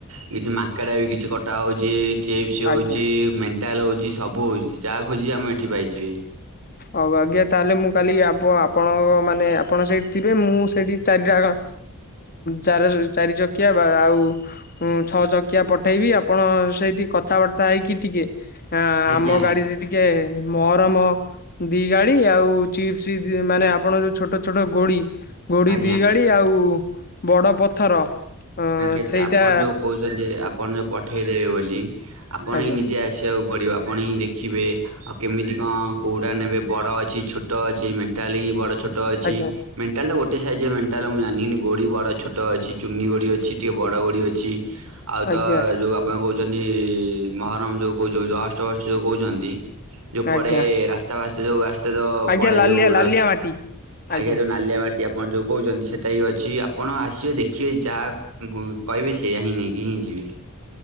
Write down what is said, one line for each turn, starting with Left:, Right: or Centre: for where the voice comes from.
Right: କିଛି ମାଙ୍କେଡା ବି କିଛି କଟା ହଉଚି। ଚିପ୍ସ ହଉଚି
Left: ଆଜ୍ଞା।
Right: ମେଣ୍ଟାଲ ହଉଚି ସବୁ ହଉଚି ଯାହା ଖୋଜିବେ ଆମ ଏଠି ପାଇଯିବେ।
Left: ହଉ ଆଜ୍ଞା ତାହେଲେ ମୁଁ କାଲି ଆପଣ ଆପଣଙ୍କ ମାନେ ଆପଣ ସେଇଠି ଥିବେ ମୁଁ ସେଇଠି ଚାରିଟା ଆଉ ଚାର ଚାରି ଚକିଆ ବା ଆଉ ଉଁ ଛଅ ଚକିଆ ପଠେଇବି ଆପଣ ସେଇଠି କଥାବାର୍ତ୍ତା ହେଇକି ଟିକେ ଆ
Right: ଆଜ୍ଞା
Left: ଆମ ଗାଡିରେ ଟିକେ ମହରମ ଦି ଗାଡି ଆଉ ଚିପ୍ସ ମାନେ ଆପଣ ଯୋଉ ଛୋଟ ଛୋଟ ଗୋଡି ଗୋଡି
Right: ଆଜ୍ଞା
Left: ଦି ଗାଡି ଆଉ ବଡ ପଥର
Right: ଆଜ୍ଞା ସେ
Left: ସେଇଟା
Right: ଆପଣ ଯୋଉ କହୁଛନ୍ତି ଆପଣ ଯୋଉ ପଠେଇ ଦେବେ ବୋଲି ଆପଣ
Left: ଆଜ୍ଞା
Right: ହିଁ ନିଜେ ଆସିଆକୁ ପଡିବ ଆପଣ ହିଁ ଦେଖିବେ ଆଉ କେମିତି କଅଁ କୋଉଟା ନେବେ ବଡ ଅଛି ଛୋଟ ଅଛି ମେଣ୍ଟାଲ ବି ବଡ ଛୋଟ ଅଛି,
Left: ଆଜ୍ଞା
Right: ମେଣ୍ଟାଲଟା ଗୋଟେ ସାଇଜର ମେଣ୍ଟାଲ ମୁଁ ଜାନି କିନ୍ତୁ ଗୋଡି ବଡ ଛୋଟ ଅଛି ଚୁନି ଗଡି ଅଛି ଟିକେ ବଡ ଗୋଡି ଅଛି ଆଉ ତ
Left: ଆଜ୍ଞା ଆଜ୍ଞା
Right: ଯୋଉ ଆପଣ କହୁ ଚନ୍ତି ମହରମ ଯୋଉ କହୁ ଯୋଉ ଯଷ୍ଟ ଅଷ୍ଟ ଯୋଉ କହୁଛନ୍ତି, ଯୋଉ ପଡେ
Left: ଆଜ୍ଞା
Right: ରାସ୍ତା ବାସ୍ ସେ ଯୋଉ
Left: ଆଜ୍ଞା
Right: ପଡେ
Left: ଲାଲିଆ
Right: ଯୋଉ ଡଷ୍ଟ୍
Left: ଲାଲିଆ ମାଟି
Right: ଆଗେ
Left: ଆଜ୍ଞା
Right: ଯୋଉ ନାଲିଆ ମାଟିଆ ଆପଣ ଯୋଉ କହୁଛନ୍ତି ସେଟା ବି ଅଛି ଆପଣ ଆସିବେ ଦେଖିବେ ଯାହା ମୁଁ କହିଲି ସେଇଆ ହିଁ ନେଇକି ହିଁ ଯିବେ।